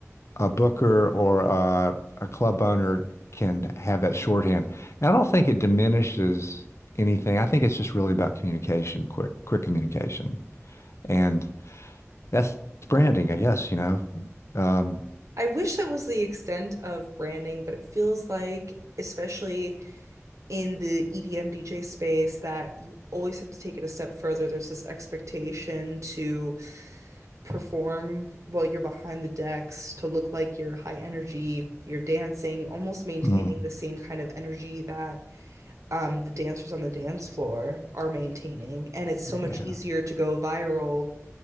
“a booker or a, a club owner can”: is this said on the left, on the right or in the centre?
Left